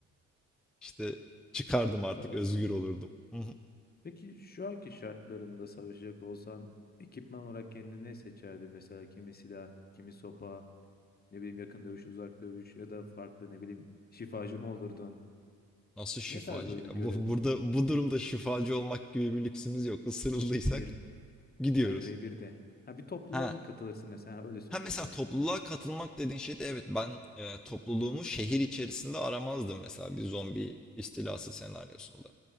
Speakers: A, in the centre; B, on the left (about 30°).
A: işte çıkardım artık
B: savaşmaca.
A: özgür olurdum. Hı hı.
B: Peki şu anki şartlarında savaşacak olsan ekipman olarak kendine ne seçerdin? Mesela kimi silah, kimi sopa, ne bileyim yakın dövüş, uzak dövüş ya da farklı ne bileyim şifacı mı olurdun?
A: Nasıl şifacı?
B: Ne tarz böyle
A: ya?
B: bir görev,
A: Bu, burada bu durumda şifacı olmak gibi bir lüksümüz yok. Isırıldıysak
B: er,
A: gidiyoruz.
B: hayır revirde? Ha bir topluluğa
A: Ha.
B: mı katılırsın mesela? Ha, öyle söylemeyeyim
A: Ha mesela
B: başına
A: topluluğa
B: mesela.
A: katılmak dediğin şeyde evet ben e, topluluğumu şehir içerisinde aramazdım mesela bir zombi istilası senaryosunda.